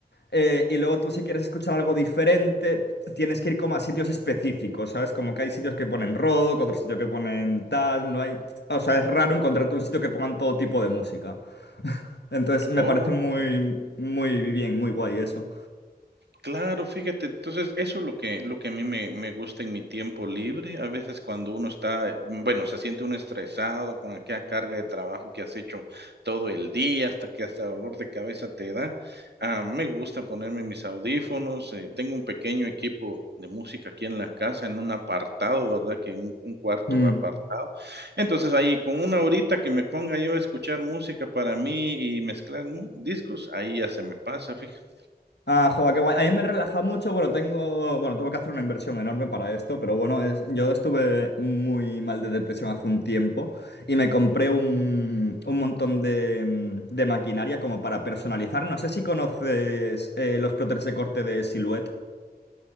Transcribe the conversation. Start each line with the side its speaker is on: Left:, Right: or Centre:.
Left: Eh, y luego tú si quieres escuchar algo diferente, tienes que ir como a sitios específicos, ¿sabes? Como que hay sitios que ponen rock, otros sitios que ponen tal, no hay... O sea, es raro encontrarte un sitio que pongan todo tipo de música. Entonces me
Right: Oh.
Left: parece muy, muy bien, muy guay eso.
Right: Claro, fíjate, entonces eso es lo que lo que a mí me me gusta en mi tiempo libre. A veces cuando uno está, mm, bueno, se siente uno estresado con aquella carga de trabajo que has hecho todo el día, hasta que hasta dolor de cabeza te da. Ah, me gusta ponerme mis audífonos, eh, tengo un pequeño equipo de música aquí en la casa, en un apartado, ¿verdad? Que un un cuarto
Left: Mm.
Right: apartado. Entonces, ahí con una horita que me ponga yo a escuchar música para mí y mezclar mu discos, ahí ya se me pasa, fíjate.
Left: Ah, joder, qué guay. A mí me relaja mucho. Bueno, tengo, bueno, tuve que hacer una inversión enorme para esto, pero bueno, es- yo estuve muy mal de depresión hace un tiempo y me compré un, un montón de, mm, de maquinaria como para personalizar. No sé si conoces eh, los plotters de corte de Silhouette.